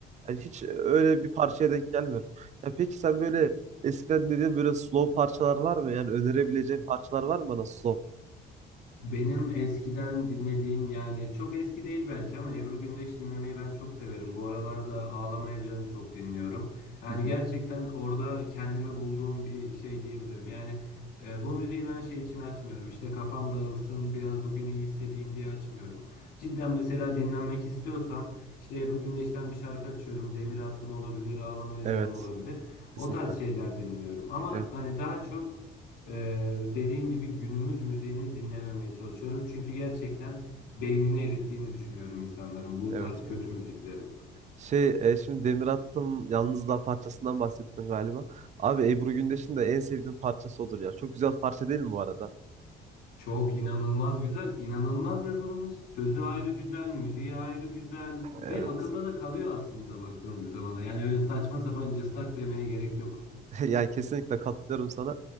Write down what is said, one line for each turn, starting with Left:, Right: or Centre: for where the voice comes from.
Right: Yani hiç e, öyle bir parçaya denk gelmiyorum. Ya peki sen böyle eskiden dediğin böyle slow parçalar var mı? Yani önerebileceğin parçalar var mı bana slow?
Left: Benim eskiden dinlediğim yani çok eski değil belki ama Ebru Gündeş dinlemeyi ben çok severim. Bu aralarda Ağlamayacağım çok dinliyorum. Yani
Right: Hı hı.
Left: gerçekten orada kendimi bulduğum bir şey diyebilirim. Yani e, bu müziği ben şey için açmıyorum. İşte kafam dağılsın biraz bugün iyi hissedeyim diye açmıyorum. Cidden mesela dinlenmek istiyorsam işte Ebru Gündeş'ten bir şarkı açıyorum. Demir Attım olabilir, Ağlamayacağım
Right: Evet.
Left: olabilir.
Right: Kesinlikle.
Left: O tarz şeyler dinliyorum. Ama
Right: Evet.
Left: hani daha çok ee, dediğim gibi günümüz müziğini dinlememeye çalışıyorum. Çünkü gerçekten beynini erittiğini düşünüyorum insanların bu
Right: Evet.
Left: tarz kötü
Right: Evet.
Left: müziklerin.
Right: Şey e, şimdi Demir Attım Yalnızlığa parçasından bahsettin galiba. Abi Ebru Gündeş'in de en sevdiğim parçası odur ya. Çok güzel parça değil mi bu arada?
Left: Çok inanılmaz güzel, inanılmaz yazılmış. Sözü ayrı güzel, müziği ayrı güzel
Right: Evet.
Left: ve akılda da kalıyor aslında baktığınız bir zamanda. Yani öyle saçma sapan cıstak demeye gerek yok.
Right: <laughs> Yani kesinlikle katılıyorum sana.